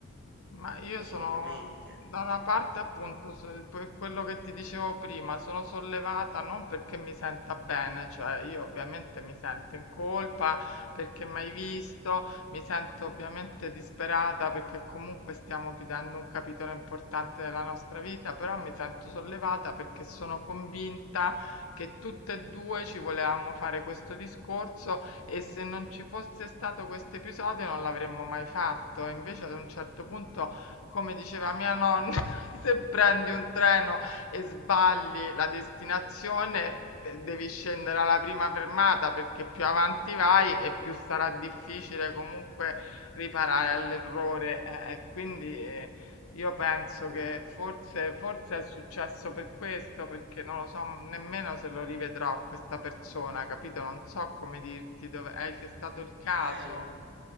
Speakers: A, on the left; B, on the right.
A: Ma io
B: assolutamente.
A: sono da una parte appunto se- per quello che ti dicevo prima, sono sollevata non perché mi senta bene, cioè io ovviamente mi sento in colpa perché mai visto, mi sento ovviamente disperata perché comunque stiamo chiudendo un capitolo importante della nostra vita, però mi sento sollevata perché sono convinta che tutte e due ci volevamo fare questo discorso e se non ci fosse stato questo episodio non l'avremmo mai fatto. Invece ad un certo punto, come diceva mia nonna, <laughs> se prendi un treno e sbagli la destinazione, eh, devi scendere alla prima fermata perché più avanti vai e più sarà difficile comunque riparare all'errore. eh, e quindi eh, io penso
B: No.
A: che forse, forse è successo per questo, perché non lo so nemmeno se lo rivedrò questa persona, capito? Non so come dirti dove è che è stato
B: Ah,
A: il caso.
B: bello,